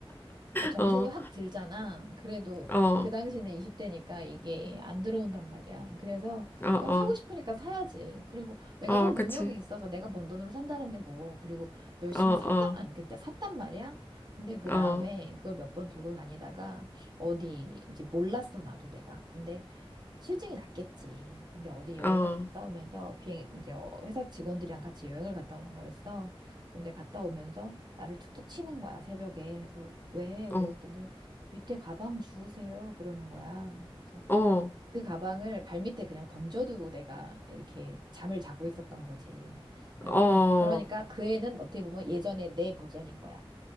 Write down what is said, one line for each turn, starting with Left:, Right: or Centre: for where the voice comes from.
Right: 그러니까 정신이
Left: 어,
Right: 확 들잖아. 그래도
Left: 어,
Right: 그 당시는 20대니까 이게 안 들어온단 말이야. 그래서
Left: 어,
Right: 그냥
Left: 어,
Right: 사고 싶으니까 사야지. 그리고 내가
Left: 어,
Right: 살 능력이
Left: 그치.
Right: 있어서 내가 번 돈으로 산다는데 뭐. 그리고 열심히
Left: 어, 어,
Right: 샀단, 아니, 그때 샀단 말이야. 근데 그 다음에
Left: 어,
Right: 그걸 몇 번 들고 다니다가 어디 이제 몰랐어, 나도 내가. 근데 싫증이 났겠지. 근데 어디 여행을
Left: 어,
Right: 갔다 오면서 비행 이제 어, 회사 직원들이랑 같이 여행을 갔다 오는 거였어. 근데 갔다 오면서 나를 툭툭 치는 거야, 새벽에. 그래서 왜?
Left: 어,
Right: 그랬더니 밑에 가방 주우세요. 그러는 거야. 그래서
Left: 어,
Right: 그 가방을 발밑에 그냥 던져두고 내가 이렇게 잠을 자고 있었던 거지. 음,
Left: 어,
Right: 그,
Left: 어,
Right: 그러니까 그 애는 어떻게 보면 예전에 내 버전인 거야.